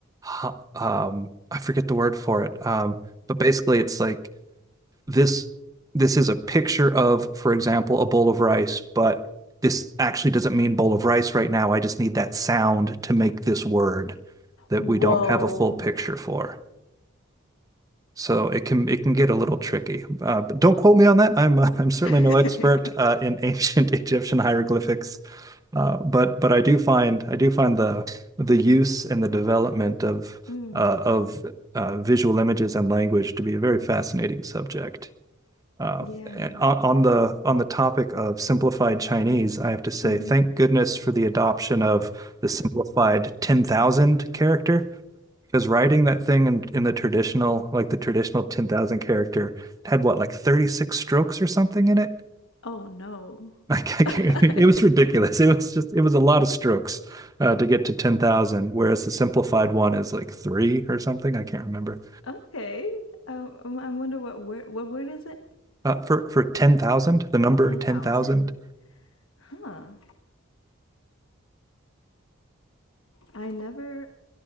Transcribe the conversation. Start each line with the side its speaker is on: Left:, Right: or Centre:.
Right: h- um I forget the word for it. Um, but basically it's like this this is a picture of, for example, a bowl of rice, but this actually doesn't mean bowl of rice right now. I just need that sound to make this word that
Left: Whoa.
Right: we don't have a full picture for. So it can it can get a little tricky. Uh, but don't quote me on that. I'm <laughs> uh, I'm certainly
Left: <laughs>
Right: no expert uh, in ancient <laughs> Egyptian hieroglyphics, uh, but but I do find I do find the the use and the development of
Left: mm.
Right: uh, of uh, visual images and language to be a very fascinating subject. Uh,
Left: Yeah.
Right: on, on the on the topic of simplified Chinese, I have to say
Left: Mm-hmm.
Right: thank goodness for the adoption of the simplified 10,000 character because writing that thing in, in the traditional, like the traditional 10,000 character had what, like 36 strokes or something in it? <laughs>
Left: Oh no.
Right: Like,
Left: <laughs>
Right: I can't,
Left: I
Right: it was
Left: don't
Right: ridiculous. It was just, it was a lot of strokes uh, to get to 10,000, whereas the simplified one is like three or something. I can't remember.
Left: Okay. Um, um, I wonder what word what word is it?
Right: Uh, for for 10,000, the number
Left: 10,000.
Right: 10,000.
Left: Huh. I never.